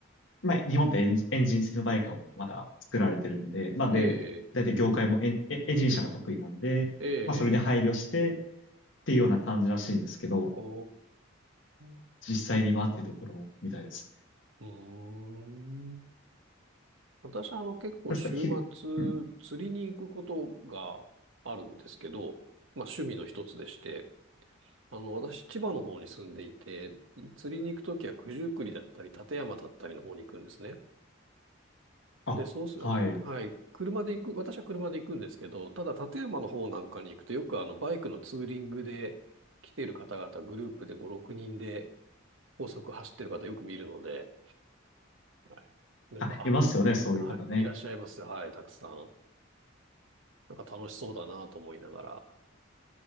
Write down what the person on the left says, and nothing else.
まあ、日本ってエンジン、エンジン付きのバイクをまだ作られてるんで、まあで、
大体業界もエン、エエンジン車が得意なんで、
まあそれに配慮してっていうような感じらしいんですけど、
実際にはっていうところみたいです。
あれですか、ひ、うん。
あ、
はい。
あ、いますよね、そういう方ね。